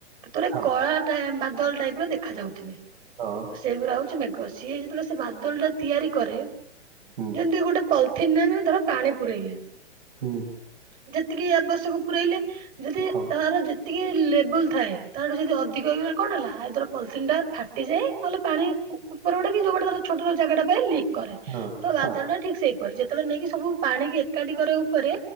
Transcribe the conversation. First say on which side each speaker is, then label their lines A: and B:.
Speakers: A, on the right (about 25°); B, on the right (about 50°).
A: ସେତ ଳେ
B: ହଁ
A: କଳା ଟା ବାଦଲ୍ ଟାଇପ୍ର ଦେଖାଯାଉଥିବେ।
B: ହଁ
A: ସେଇଗୁରା ହଉଛି ମେଘ ସିଏ ଯେତେବେଳେ ସେ ବାଦଲ୍ ଟା ତିଆରି କରେ
B: ହୁଁ
A: ଯେମିତି ଗୋଟେ ପଲିଥିନ୍ ନା ଧର ପାଣି ପୁରେଇଲେ।
B: ହୁଁ।
A: ଯେତିକି ଆବଶ୍ୟକ ପୁରେଇଲେ। ଯଦି
B: ହଁ
A: ତାର ଯେତିକି ଲେବୁଲ୍ ଥାଏ ତାଠୁ ଯଦି ଅ ଧିକ ହେଇଗଲା କଣ ହେଲା ଆଇଧର୍ ପଲଥିନ୍ ଟା ଫା ଟି ଯାଏ ନହେଲେ ପାଣି ଉ ଉପର ବାଟେ କି ଯଉବାଟେ ତାର ଛୋଟ ଜାଗା ପାଏ ଲିକ୍ କରେ
B: ହଁ
A: ତ ବାଦଲ୍ଟା
B: ହଁ
A: ଠିକ୍ ସେଇପରେ ଯେତେବେଳେ ନେଇକି ସବୁ ପାଣିିକି ଏକାଠି କରେ ଉପରେ